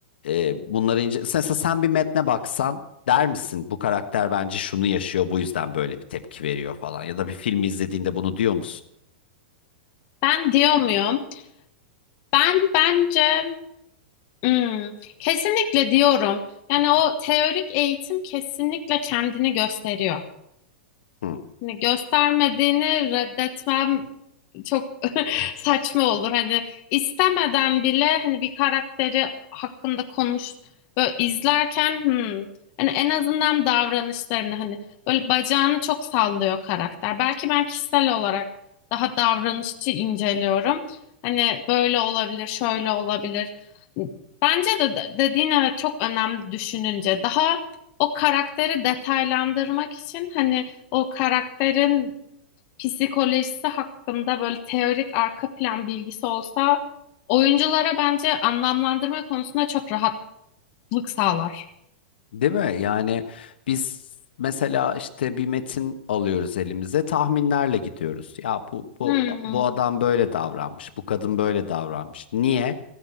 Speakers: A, on the left (about 75°); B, on the left (about 35°).
A: e, bunları ince... Mesela sen bir metne baksan der misin bu karakter bence şunu yaşıyor bu yüzden böyle bir tepki veriyor falan ya da bir filmi izlediğinde bunu diyor musun?
B: Ben diyor muyum? Ben bence hmm, kesinlikle diyorum. Yani o teorik eğitim kesinlikle kendini gösteriyor.
A: Hı.
B: Hani göstermediğini reddetmem çok <laughs> saçma olur. Hani istemeden bile hani bir karakteri hakkında konuş böyle izlerken hmm, hani en azından davranışlarını hani böyle bacağını çok sallıyor karakter. Belki ben kişisel olarak daha davranışçı inceliyorum. Hani böyle olabilir, şöyle olabilir. Bence de de- dediğin evet çok önemli düşününce. Daha o karakteri detaylandırmak için hani o karakterin psikolojisi hakkında böyle teorik arka plan bilgisi olsa oyunculara bence anlamlandırma konusunda çok rahatlık sağlar.
A: Değil mi? Yani biz mesela işte bir metin alıyoruz elimize, tahminlerle gidiyoruz. Ya bu bu
B: Hmm,
A: bu adam böyle davranmış, bu kadın böyle davranmış. Niye?